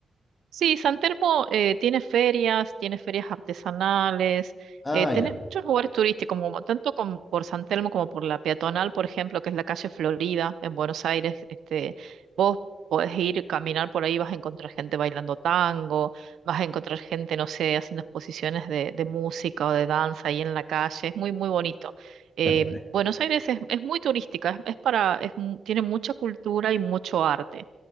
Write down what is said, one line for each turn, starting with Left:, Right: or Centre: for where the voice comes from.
Right: Sí, San Telmo eh, tiene ferias, tiene ferias artesanales,
Left: Ah,
Right: eh, tenés
Left: ya,
Right: muchos lugares turísticos, como, tanto como por San Telmo como por la peatonal, por ejemplo, que es la calle Florida en Buenos Aires. Este, vos podés ir, caminar por ahí, vas a encontrar gente bailando tango, vas a encontrar gente, no sé, haciendo exposiciones de, de música o de danza ahí en la calle. Es muy, muy bonito. Eh,
Left: perfecto,
Right: Buenos Aires es, es muy turística, es, es para, es mu- tiene mucha cultura y mucho arte.